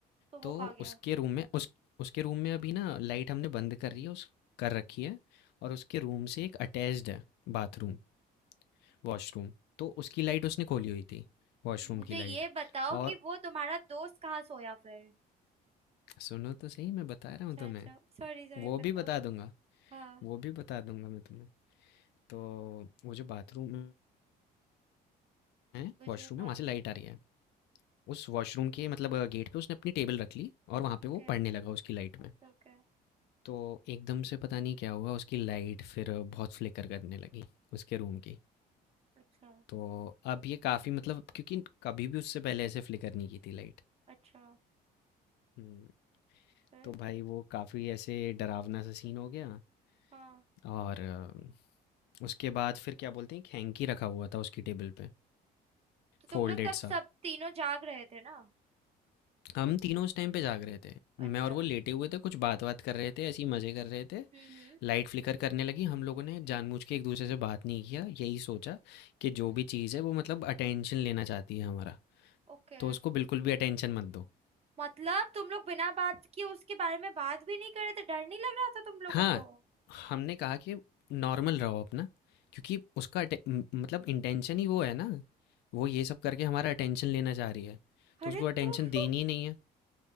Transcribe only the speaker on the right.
तो वो
खा गया
तो मुझे
ये बताओ
कि वो तुम्हारा दोस्त कहाँ सोया फिर
अच्छा
अच्छा सॉरी सॉरी
बताओ
हाँ
मुझे
बात
ओके
Okay okay
अच्छा
अच्छा
फिर
हाँ
तो तुम
लोग तब
सब तीनों जाग रहे थे ना
अच्छा
हम्म
हम्म
हम्म
हम्म,
ओके
मतलब तुम लोग बिना बात किए उसके बारे में बात भी नहीं कर रहे थे डर नहीं लग रहा था तुम लोगों
को
अरे
तू <laughs>